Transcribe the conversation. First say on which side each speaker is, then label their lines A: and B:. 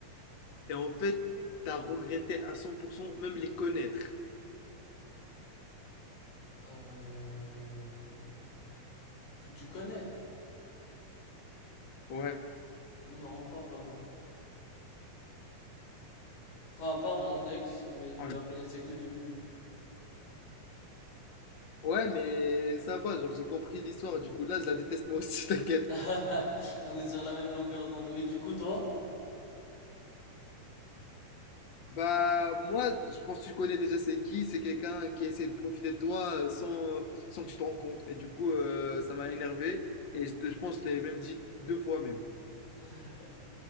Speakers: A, on the left (about 45°); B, on the left (about 70°).
A: et en fait, t'as regretté à 100% même les connaître.
B: Euh... Que tu connais?
A: Ouais.
B: Non, pas vraiment. Enfin, à part mon ex, mais tu
A: Ouais,
B: la connaissais que de vue.
A: Ouais, mais ça va, genre j'ai compris l'histoire, du coup là je la déteste moi aussi, <laughs> t'inquiète.
B: <laughs> On est sur la même longueur d'onde. Et du coup, toi?
A: Bah moi, je pense que tu connais déjà c'est qui, c'est quelqu'un qui essaie de profiter de toi euh, sans, sans que tu te rendes compte. Et du coup, euh, ça m'a énervé et je, te- je pense que je l'avais même dit deux fois même.
B: <laughs>